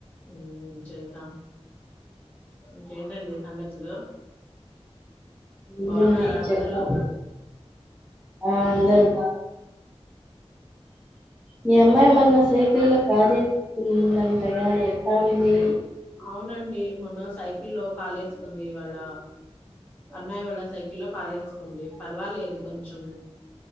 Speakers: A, on the left; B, in the centre.
A: ఉమ్ చేశాం. ఇంకేంటండి సంగతులు?
B: ఏం
A: బాగున్నారా
B: ఉన్నాయి
A: అందరూ
B: చెప్పాలి, ఆ అందరూ బాగు మీ అమ్మాయి మొన్న సైకిల్ల్లో కాలు ఏసుకుంది అంటగా ఎ ట్టా ఉంది?
A: అవునండి మొన్న సైకిల్లో కాలేసుకుంది, ఇవాళ అన్నయ్య వాళ్ళ సైకిల్లో కాలేసుకుంది, పర్వాలేదు కొంచెం